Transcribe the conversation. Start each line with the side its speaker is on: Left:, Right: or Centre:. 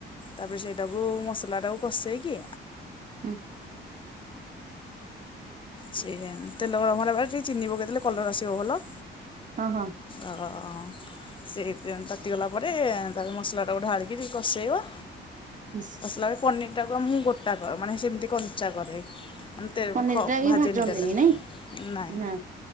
Left: ତାପରେ ସେଇଟାକୁ ମସଲାଟାକୁ କଷେଇକି
Right: ହୁଁ।
Left: ସେ ତେଲ ଗରମ ହେଲା ପରେ ଟିକେ ଚିନି ପକେଇଦେଲେ କଲର ଆସିବ ଭଲ।
Right: ହଁ ହଁ।
Left: ଅ ସେଇ ତେଲ୍ ତାତିଗଲା ପରେ ତାରେ ମସଲାଟାକୁ ଢାଳିକି କଷେଇବ।
Right: ହୁଁ।
Left: ଲାଏ ପନିରଟାକୁ ମୁଁ ଗୋଟା କ ମାନେ ସେମିତି କଞ୍ଚା କରେ ମାନେତେ
Right: ପନିର
Left: ଖ
Right: ଟା ବି
Left: ଭାଜେନି
Right: ଭାଜନ୍ତିନି
Left: ତେଲରେ
Right: ନାଇଁ
Left: ନାଇଁ
Right: ନା